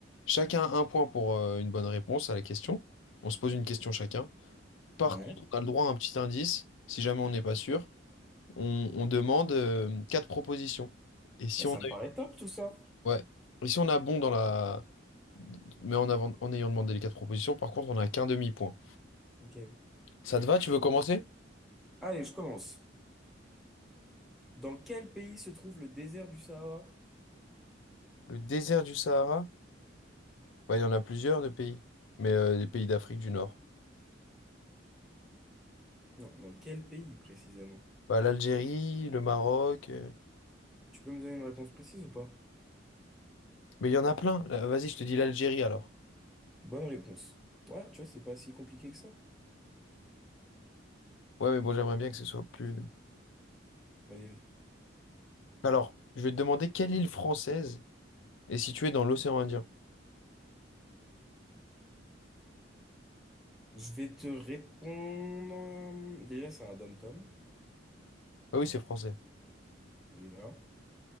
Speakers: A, on the left (about 80°); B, in the centre.
A: Chacun a un point pour euh, une bonne réponse à la question. On se pose une question chacun. Par
B: ouais.
A: contre, on a le droit à un petit indice. Si jamais on n'est pas sûr, on, on demande euh, quatre propositions. Et si
B: Bah, ça
A: on a,
B: me paraît top tout ça.
A: ouais. Et si on a bon dans la, mais en avant, en ayant demandé les quatre propositions, par contre, on n'a qu'un demi-point.
B: Ok.
A: Ça te va? Tu veux commencer?
B: Allez, je commence. Dans quel pays se trouve le désert du Sahara?
A: Le désert du Sahara? Ouais, il y en a plusieurs de pays, mais euh, des pays d'Afrique du Nord.
B: Non, dans quel pays précisément?
A: Bah, l'Algérie, le Maroc. euh,
B: Tu peux me donner une réponse précise ou pas?
A: Mais il y en a plein. Là, Vas-y, je te dis l'Algérie alors.
B: Bonne réponse. Voilà, tu vois, c'est pas si compliqué que ça.
A: Ouais, mais bon, j'aimerais bien que ce soit plus.
B: Putain. Vas-y, vas-y.
A: Alors, je vais te demander quelle île française est située dans l'océan Indien.
B: Je vais te répondre. euh, Déjà, c'est un dom-tom.
A: Ah oui, c'est français.
B: Déjà.